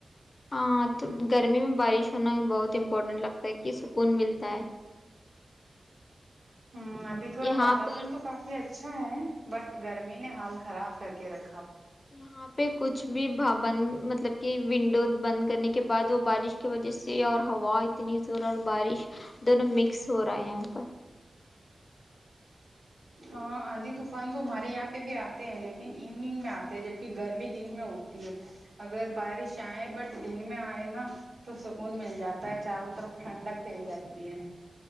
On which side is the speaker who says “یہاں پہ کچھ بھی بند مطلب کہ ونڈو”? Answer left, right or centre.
Left